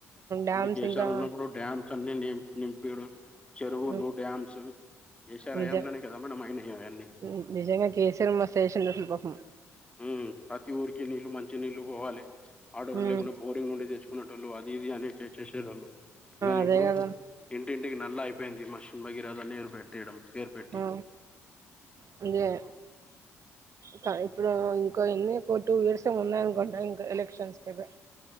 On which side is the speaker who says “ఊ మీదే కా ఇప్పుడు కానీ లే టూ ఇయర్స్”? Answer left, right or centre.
Right